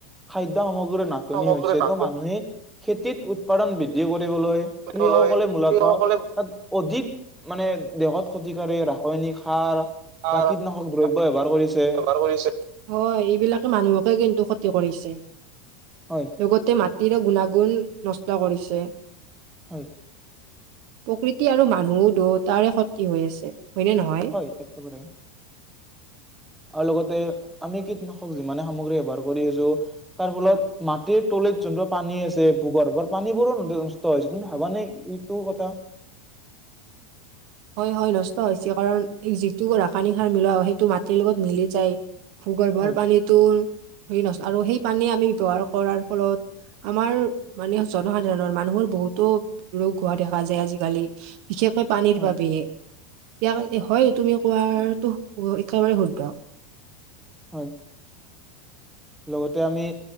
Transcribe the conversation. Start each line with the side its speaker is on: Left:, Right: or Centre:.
Centre: খাদ্যয় সামগ্ৰীৰে না নাটনি
Right: সামগ্ৰী
Centre: হৈছে
Right: নাটনি
Centre: ত মানুহে খেতিত উৎপাদান বৃদ্ধি কৰিবলৈ
Right: কৰিবলৈ
Centre: কৃষকসকলে মূলত
Right: কৃষকসকলে
Centre: তাত অধিক মানে দেহত ক্ষতিকাৰী ৰাসায়নিক সাৰ
Right: তাৰ
Centre: বা কীটনাশক দ্ৰব্য ব্যৱহাৰ কৰিছে
Right: ব্যৱহাৰ কৰিছে হয় এইবিলাকে মানুহকে কিন্তু ক্ষতি কৰিছে
Centre: হয়
Right: লগতে মাটিৰো গুণাগুণ নষ্ট কৰিছে
Centre: হয়
Right: প্ৰকৃতি আৰু মানুহ দুয়টাৰে ক্ষতি হৈ আছে হয়নে নহয়
Centre: হয় একে বাৰে আৰু লগতে আমি কিটনাশক যিমানে সামগ্ৰী ব্যৱহাৰ কৰি আছোঁ তাৰ ফলত মাটিৰ তলিত যোনটো পানী আছে ভূ গৰ্ভত পানীবোৰো <unintelligible> এইটো কথা।
Right: হয় হয় নষ্ট হৈছে কাৰণ এই যিটো ৰাসায়নিক সাৰ মিলোৱা সেইটো মাটিৰ লগত যায়। ভূগৰ্ভৰ
Centre: হয়,
Right: পানীতো ন আৰু সেই পানী আমি ব্যৱহাৰ কৰাৰ ফলত আমাৰ মানে জনসাধাৰণৰ মানুহৰ বহুতো ৰোগ দেখা যায় আজিকালি। বিশেষকৈ পানীৰ
Centre: হয়,
Right: বাবেয়ে ইয়াক হয় তুমি কোৱাতো একেবাৰে শুদ্ধ।
Centre: হয়। লগতে আমি